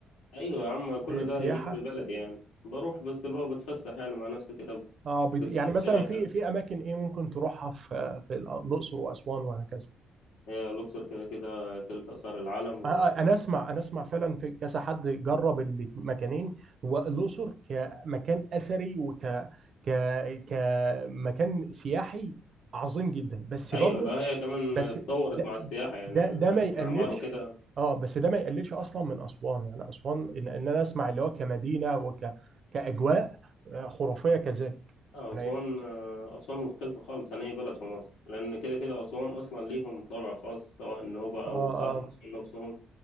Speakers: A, on the left; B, on the right.
A: ايوه يا عم كل
B: آه،
A: ده
B: سياحه
A: جنب بلدي يعني بروح بس اللي هو بتفسح يعني مع نفسي كده
B: اه بت...
A: بتكون
B: يعني مثلا
A: الدنيا
B: في
A: حلوة
B: في اماكن ايه ممكن تروحها في في الاقصر واسوان وهكذا
A: هي الاقصر كده كده تلت اثار العالم و...
B: آه، آه، انا اسمع انا اسمع فعلا في كذا حد جرب المكانين هو الاقصر كمكان اثري وك ك كمكان سياحي عظيم جدا بس
A: ايوه
B: برضه
A: لا هي كمان
B: بس
A: اتطورت
B: ده
A: مع السياحة يعني
B: ده
A: المعمار
B: ده ما يقللش
A: وكده
B: اه بس ده ما يقللش اصلا من اسوان يعني اسوان ان إن انا اسمع اللي هو كمدينه وك كاجواء آه، خرافيه كذلك
A: أسوان
B: يعني
A: آه، أسوان مختلفة خالص عن أي بلد في مصر لأن كده كده أسوان أصلا ليهم طابع خاص سواء النوبة
B: اه
A: أو أهل
B: اه
A: أسوان نفسهم